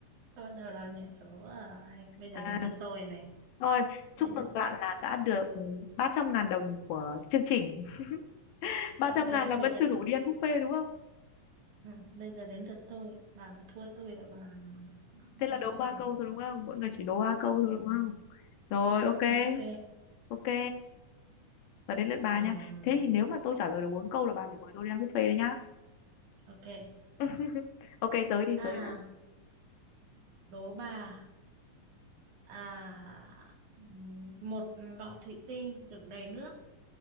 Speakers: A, on the right; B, on the left.
A: bắt đầu rồi nhảy số rồi bây giờ
B: à,
A: đến lượt tôi này
B: thôi chúc
A: bây giờ
B: mừng bạn là đã được ba trăm ngàn đồng của chương trình <laughs> ba
A: ok
B: trăm ngàn là
A: bây
B: vẫn
A: giờ
B: chưa
A: đến
B: đủ đi ăn buffet đúng không
A: ừ, bây giờ đến lượt tôi bà mà thua tôi là bà ừ,
B: thế là đố ba
A: phải
B: câu thôi đúng không mỗi người chỉ đố ba câu
A: ừ,
B: thôi đúng không rồi ok
A: ok
B: ok là đến lượt bà
A: ừ,
B: nha thế thì nếu mà tôi trả lời được bốn câu là bà phải mời tôi đi ăn buffet đấy nhá
A: ok
B: <laughs> ok tới đi
A: à
B: tới đã
A: đố bà à ừm, một lọ thủy tinh đựng đầy nước